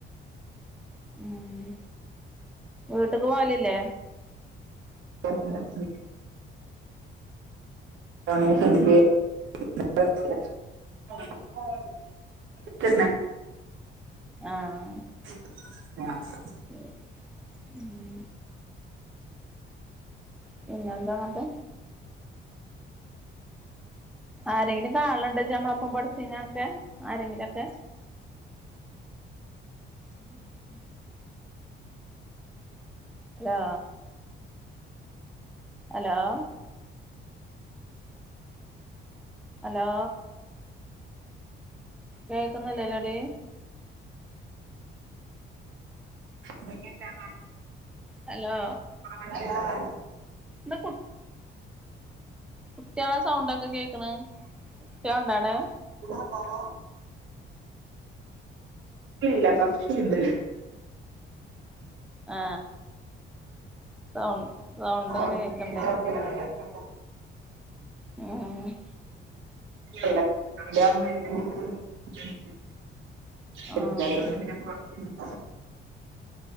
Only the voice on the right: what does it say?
<unintelligible> <unintelligible>
<unintelligible> കോളേജ്ക്ക് പോകൂണ്ട് വടെ അട്തന്നെ
<unintelligible>
പിന്നെന്താ
<unintelligible>
<unintelligible> ഇല്ല കോർച്ച്ണ്ട്
പുറത്ത്
<unintelligible>
<inaudible> <unintelligible>